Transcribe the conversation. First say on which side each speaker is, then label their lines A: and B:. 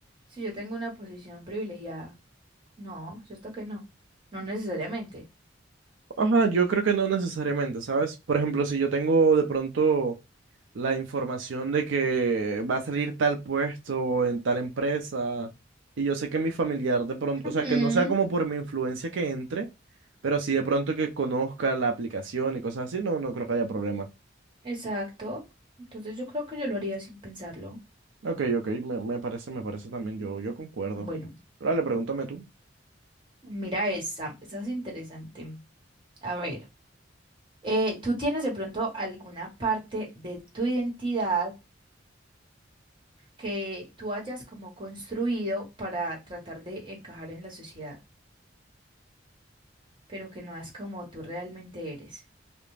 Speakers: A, on the right; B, on the right.
A: si yo tengo una posición privilegiada. No, ¿cierto que no? No necesariamente.
B: Ajá, yo creo que no necesariamente, ¿sabes? Por ejemplo, si yo tengo de pronto la información de que va a salir tal puesto en tal empresa. Y yo sé que mi familiar de pronto,
A: Ujú,
B: o sea, que no sea como por mi influencia que entre, pero sí de pronto que conozca la aplicación y cosas así, no, no creo que haya problema.
A: Exacto. Entonces yo creo que yo lo haría sin pensarlo.
B: Ok, ok, me, me parece, me parece también, yo, yo concuerdo.
A: Bueno.
B: Pero dale, pregúntame tú.
A: Mira esa, esa es interesante. A ver, eh, ¿tú tienes de pronto alguna parte de tu identidad que tú hayas como construido para tratar de encajar en la sociedad, pero que no es como tú realmente eres,